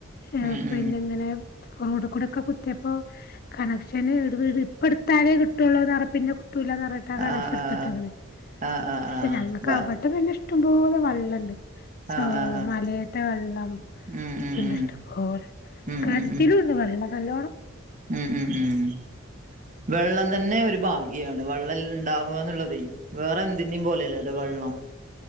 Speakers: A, on the left; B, on the right.
A: ഏഹ്
B: ഉം
A: പിന്നെ
B: ഉം
A: ഇങ്ങനെ റോഡ് കൂടൊക്കെ കുത്തിയപ്പോ കണക്ഷന് ഇടട് ഇപ്പടുത്താലേ കിട്ടുവുള്ളൂന്നറ പിന്നെ കിട്ടൂലാന്നറ്ഞ്ഞ്ട്ട് ആ
B: ആഹ്
A: കണെക്ഷന്ട്ത്തിട്ട്ക്ക്‌ണ്
B: ആഹ് ആഹ് ആഹ്
A: പക്ഷെ
B: ആഹ്
A: ഞങ്ങക്ക്
B: ആഹ്
A: അവടെ പിന്നെ ഇഷ്ടംപോലെ വള്ളണ്ട്. ച്ചൊ
B: ആഹ് ആഹ് ആഹ്
A: മലേത്തെ വെള്ളം
B: ഉം ഉം
A: ഇണ്ട്
B: ഉം
A: ഇഷ്ടംപോലെ
B: ഉം
A: കെണറ്റിലും
B: ഉം
A: ഇണ്ട് വെള്ളം നല്ലോണ്ണം
B: ഉം ഉം ഉം ഉം വെള്ളം തന്നെ ഒരു ഭാഗ്യാണ് വെള്ളം ഇണ്ടാവാന്നുള്ളതേ വേറെന്തിന്റേം പോലയല്ലല്ലോ വെള്ളം